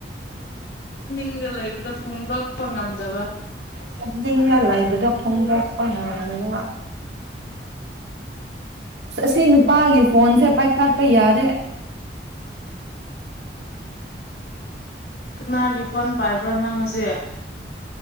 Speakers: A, on the left (about 70°); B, on the right (about 80°).
A: ꯅꯤꯡꯅ ꯂꯩꯕꯗꯣ ꯐꯣꯡꯗꯣꯛꯄ ꯉꯝꯗꯕ
B: ꯆꯗꯤꯡꯗ ꯂꯩꯕꯗꯣ ꯐꯣꯡꯗꯛꯄꯉꯅꯒ ꯁꯤ ꯅꯨꯄꯥꯒꯤ ꯐꯣꯟꯁꯦ ꯄꯥꯏꯈꯥꯠꯄ ꯌꯥꯔꯦ
A: ꯀꯅꯥꯒꯤ ꯐꯣꯟ ꯄꯥꯏꯕ꯭ꯔꯥ ꯅꯪꯁꯦ